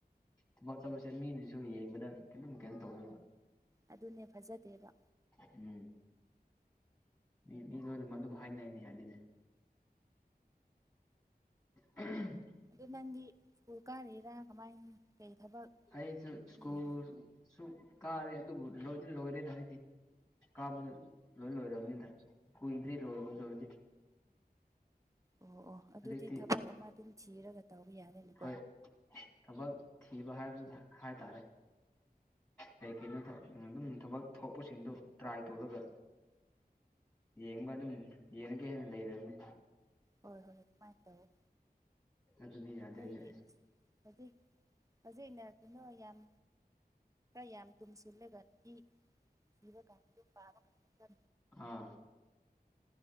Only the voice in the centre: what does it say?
ꯊꯕꯥꯛ ꯆꯠꯄꯁꯦ ꯃꯤꯅꯁꯨ ꯌꯦꯡꯕꯗ ꯈꯤꯇꯝ ꯀꯩꯅꯣ ꯇꯧꯋꯦꯕ
ꯎꯝ ꯃꯤ ꯃꯤ ꯂꯣꯏꯅꯃꯛ ꯑꯗꯨꯝ ꯍꯥꯏꯅꯩꯅ ꯌꯥꯗꯅꯦ ꯎꯝ
ꯑꯩꯁꯨ ꯁ꯭ꯀꯨꯜ
ꯁ ꯀꯥꯔꯦ ꯑꯗꯨꯕꯨ ꯂꯣꯏ ꯂꯣꯏꯔꯦꯗ ꯍꯥꯏꯗꯤ ꯀꯥꯕꯗ ꯂꯣꯏ ꯂꯣꯏꯔꯕꯅꯤꯗ ꯀꯨꯏꯗ꯭ꯔꯔꯤ ꯂꯣꯏꯕꯔꯗꯤ
ꯍꯧꯖꯤꯛꯇꯤ
ꯍꯣꯏ ꯊꯕꯛ ꯊꯤꯕ ꯍꯥꯏꯕ ꯍꯥꯏꯇꯥꯔꯦ ꯀꯩ ꯀꯅꯣ ꯑꯗꯨꯝ ꯊꯕꯛ ꯊꯣꯛꯄꯁꯤꯡꯗꯣ ꯇ꯭ꯔꯥꯏ ꯇꯧꯔꯒ ꯌꯦꯡꯕ ꯑꯗꯨꯝ ꯌꯦꯡꯉꯒꯦ ꯍꯦꯟꯅ ꯂꯩꯅꯤ
ꯑꯗꯨꯗꯤ ꯌꯥꯗ꯭ꯔꯦꯅꯦ
ꯑꯥ